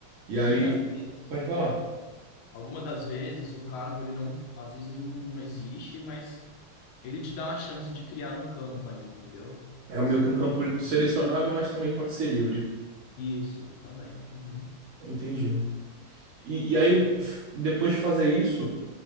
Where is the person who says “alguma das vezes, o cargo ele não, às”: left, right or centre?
Left